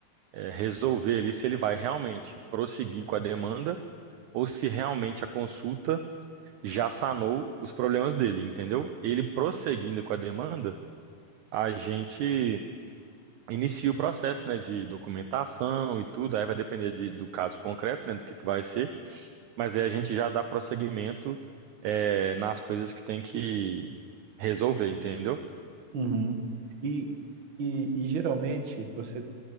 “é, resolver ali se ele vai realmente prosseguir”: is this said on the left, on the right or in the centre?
Right